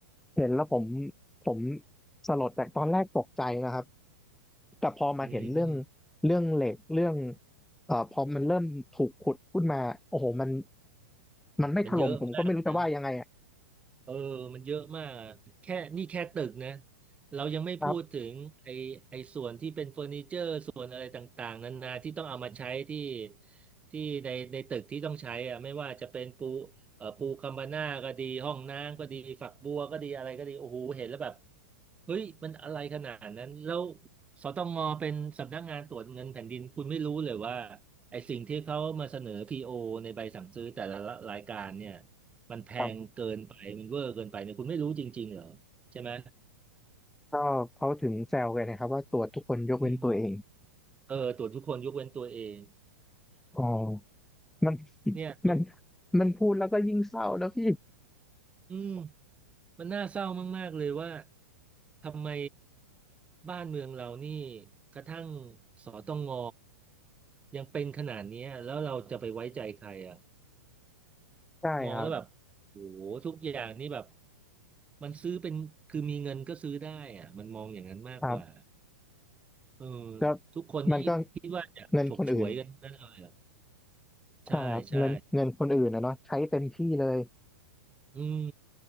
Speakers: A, in the centre; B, on the right (about 15°).
A: เห็นแล้วผมผมสลดแต่ตอนแรกตกใจนะครับ แต่พอมาเห็นเรื่อง
B: อืม
A: เรื่องเหล็กเรื่องเอ่อพอมันเริ่มถูกขุดขึ้นมาโอ้โหมันมันไม่ถล่มผมก็ไม่รู้จะว่ายังไงอ่ะ
B: มันเยอะมากนะ เออมันเยอะมากแค่นี่แค่ตึกนะเรายังไม่พูดถึงไอไอส่วนที่เป็นเฟอร์นิเจอร์ส่วนอะไรต่างๆนานาที่ต้องเอามาใช้ที่
A: ครับ
B: ที่ในในตึกที่ต้องใช้อะไม่ว่าจะเป็นปูเอ่อปูคัมบาน่าก็ดี ห้องน้ำก็ดี ฝักบัวก็ดี อะไรก็ดี โอ้โห เห็นแล้วแบบเฮ้ยมันอะไรขนาดนั้น แล้วสตงเป็นสำนักงานตรวจเงินแผ่นดิน คุณไม่รู้เลยว่าไอสิ่งที่เขามาเสนอพีโอในใบสั่งซื้อแต่ละรายการเนี่ย มันแพงเกินไปมันเวอร์เกินไปเนี่ยคุณไม่รู้จริงๆเหรอใช่ไหม
A: ครับก็เขาถึงแซวกันนะครับว่าตรวจทุกคนยกเว้นตัวเอง
B: อืมเออตรวจทุกคนยกเว้นตัวเอง
A: อ๋อมัน
B: <laughs> เนี่ยตัว
A: มันมันพูดแล้วก็ยิ่งเศร้านะพี่
B: อืมมันน่าเศร้ามากๆเลยว่าทำไมบ้านเมืองเรานี่กระทั่งสตงยังเป็นขนาดเนี้ยแล้วเราจะไปไว้ใจใครอ่ะ
A: ใช่ครับ
B: มองแล้วแบบโอ้โหทุกอย่างนี่แบบมันซื้อเป็นคือมีเงินก็ซื้อได้อ่ะมันมองอย่างนั้นมากกว่า
A: ครับ
B: เออ
A: ก็
B: ทุกคนที่คิดว่าจะฉกฉวยกันทั้งนั่นเลยอ่ะ
A: มันก็เงินคนอื่น
B: ใช่ใช่
A: ครับเงินเงินคนอื่นนะเนาะใช้เต็มที่เลย
B: อืม